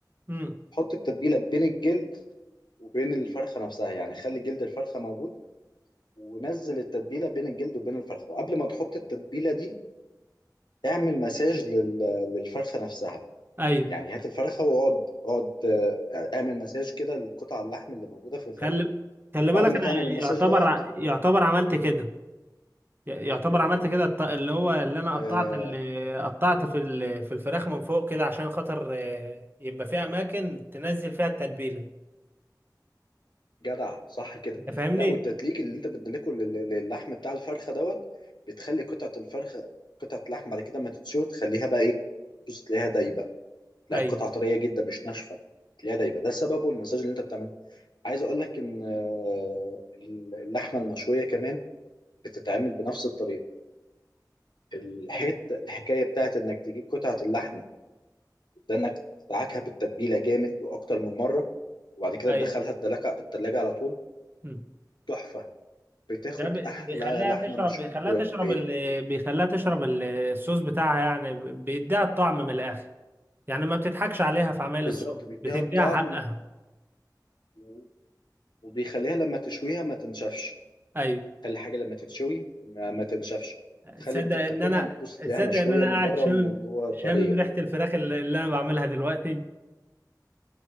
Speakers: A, on the right; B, on the left.
A: امم
B: حط التتبيله بين الجلد وبين الفرخه نفسها يعني خلي جلد الفرخه موجود ونزل التتبيله بين الجلد وبين الفرخه وقبل ما تحط التتبيله دي اعمل مساج لل... للفرخه نفسها
A: ايوه
B: يعني هات الفرخه واقعد اقعد آه، اعمل مساج كده لقطع اللحم اللي موجوده في الفرخه
A: خلي خلي بالك
B: بعد ما
A: انا
B: تعمل المساج
A: يعتبر
B: دوت
A: ع- يعتبر عملت كده ي- يعتبر عملت كده الط- اللي هو اللي انا
B: آه،
A: قطعت اللي قطعت في ال- في الفراخ من فوق كده عشان خاطر آه، يبقى فيها اماكن تنزل فيها التتبيله
B: جدع صح كده
A: انت فاهمني
B: لا والتدليك اللي انت بتدلكه لل- للحم بتاع الفرخه دوت بتخلي قطعه الفرخه قطعه اللحم بعد كده ما تتشوي تخليها بقى ايه بص تلاقيها دايبه لا
A: ايوه
B: القطعه طريه جدا مش ناشفه تلاقيها دايبه ده سببه المساج اللي انت بتعمله عايز اقول لك ان آه، اللحمه المشويه كمان بتتعمل بنفس الطريقه الحت
A: ال-
B: الحكايه بتاعت انك تجيب قطعه اللحمه ده انك تدعكها بالتتبيله جامد واكتر من مره وبعد كده
A: ايوه
B: تدخلها الدلاجه التلاجه على طول
A: مم.
B: تحفه بتاخد
A: ده بي-
B: احلى
A: بيخليها
B: لحمه
A: تشرب
B: مشويه
A: بيخليها تشرب ال... بيخليها تشرب ال- الصوص بتاعها يعني ب- بيديها الطعم من الاخر يعني ما بتضحكش عليها في عمايل
B: بالظبط
A: الصوص
B: بيديها
A: بتديها
B: الطعم
A: حقها
B: و- وبيخليها لما تشويها ما تنشفش
A: ايوه
B: خلي الحاجه لما تتشوي ما, ما تنشفش تخلي
A: تصدق
B: انت بتاكلها
A: ان انا
B: بتبص تلاقيها
A: تصدق
B: مشويه
A: ان انا
B: من
A: قاعد
B: بره
A: شامم
B: ومن جوه
A: شامم
B: طريه
A: ريحه الفراخ اللي اللي انا بعملها دلوقتي